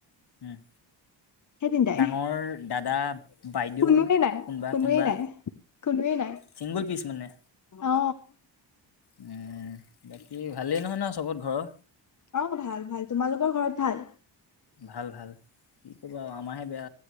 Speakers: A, on the left (about 55°); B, on the left (about 40°).
A: উম
B: সেই তিনটাই।
A: ডাঙৰ দাদা। বাইদেউ
B: কোনোৱে নাই
A: কোনোবা
B: কোনোৱেই
A: কোনোবা
B: নাই কোনোৱেই নাই
A: ছিংগুল পিচ মানে
B: অ।
A: উম বাকী ভালেই নহয় ন চবত ঘৰ।
B: অ ভাল ভাল তোমালোকৰ ঘৰত ভাল।
A: ভাল ভাল কি কবা আৰু আমাৰহে বেয়া